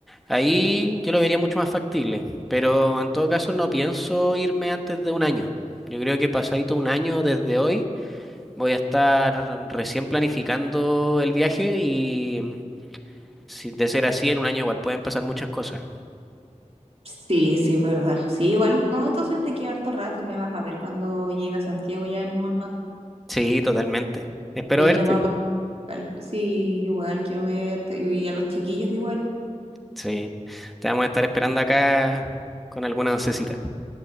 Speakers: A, in the centre; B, on the right.
A: ahí yo lo vería mucho más factible. Pero en todo caso no pienso irme antes de un año. Yo creo que pasadito un año desde hoy voy a estar recién planificando el viaje y si de ser así, en un año igual pueden pasar muchas cosas.
B: Sí, sí, es verdad. Sí, igual, no, entonces te queda harto rato, me vas a ver cuando llega a Santiago ya en un mes más.
A: Sí, totalmente. Espero
B: Sí,
A: verte.
B: nos vamos a ver igual. Sí, igual quiero verte y a los chiquillos igual.
A: Sí. Te vamos a estar esperando acá con alguna oncecita,